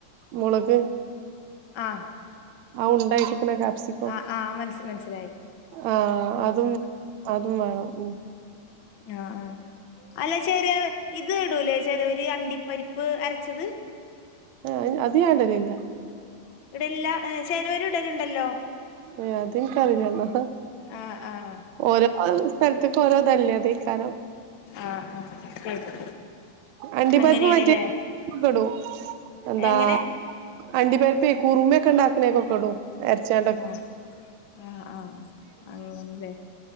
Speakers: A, on the right (about 90°); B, on the left (about 60°).
A: മൊളക്
B: ആഹ്
A: ഉണ്ടായി ക്നാ കാപ്സിക്കോ
B: ആഹ് ആഹ് മനസ് മനസ്സിലായി
A: അഹ് അതും അ ഉം വേണം ഉ
B: നാ അഹ് അലച്ചേരേ ഇ ത് ടൂലേ ചെലോര് അണ്ടിപ്പരിപ്പ് അര്ച്ചത്
A: അഹ് അയ് അത് നാ ഇഡലില്ല
B: ഇടൽല്ല എഹ് ചെലോര് ഇടല്ണ്ടല്ലോ
A: എഹ് അത്ൻകറീല്ലന്നാ
B: ആഹ് ആഹ്
A: ഓരോ അഹ് സ്ഥൽത്ത് കൊറതല്ലേ അതെകാരം
B: ആഹ് ആഹ് ശരി
A: അണ്ടിപര്പ്പ്
B: അങ്ങനെയാണ്ല്ലേ
A: മറ്റി കോടോ എന്താ
B: എങ്ങനെ
A: അണ്ടി പര്പേയ് കുറുമിഒക്കെ ണ്ടാക്ണെക്കൊക്കെടും അര്ച്ചാ
B: ആഹ് ആഹ് ആഹ് അങ്ങനല്ലേ